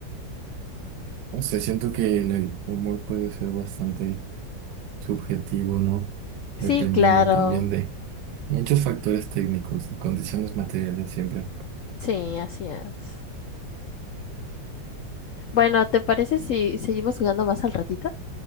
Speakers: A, on the right (about 75°); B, on the left (about 80°).
A: O sea, siento que en el humor puede ser bastante subjetivo, ¿no?
B: Sí,
A: Dependiendo
B: claro.
A: también de Muchos factores técnicos y condiciones materiales siempre.
B: Sí, así es. Bueno, ¿te parece si seguimos jugando más al ratito?